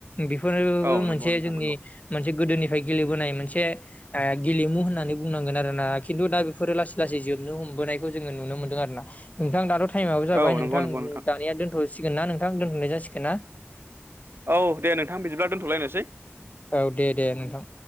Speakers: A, on the left; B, on the right.
A: बेफोरबो
B: औ
A: मोनसे
B: नंगौ नोंथां
A: जोंनि
B: नंगौ
A: मोनसे गोदोनिफ्राय गेलेबोनाय मोनसे गेलेमु होननानै बुंनांगोन आरोना खिन्थु दा बेफोरो लासै लासै जोबनो हमबोनाय खौ जोङो नुनो मोनदों आरो ना नोंथां दाथ' टाइमाबो जाबाय
B: औ
A: नोंथां
B: नंगौ नंगौ
A: दानिया दोनथ सिगोन ना नोंथां दोनथ'नाय जासिगोन ना
B: औ दे नोंथां बिदिब्ला दोनथ'लायनोसै
A: औ दे दे नोंथां